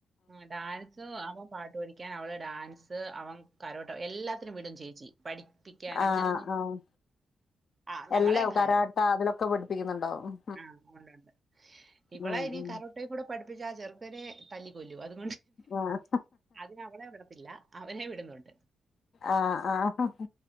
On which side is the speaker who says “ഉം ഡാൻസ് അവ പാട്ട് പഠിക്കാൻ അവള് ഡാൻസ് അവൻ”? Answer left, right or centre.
Right